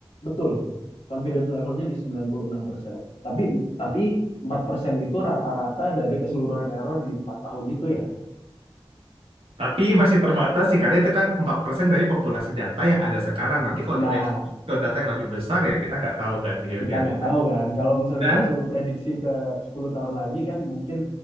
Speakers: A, on the left; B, on the right.
A: Betul. Confidence levelnya di 96%. Tapi tapi 4% itu rata-rata dari keseluruhan error di 4 tahun itu ya.
B: Tapi masih terbatas sih karena itu kan 4% dari populasi data yang ada sekarang. Nanti kalau
A: Nah,
B: di expose ke data yang lebih besar ya kita nggak tahu kan behaviornya.
A: kita nggak tahu kan. Kalau misal
B: Dan
A: kita suruh prediksi ke 10 tahun lagi kan mungkin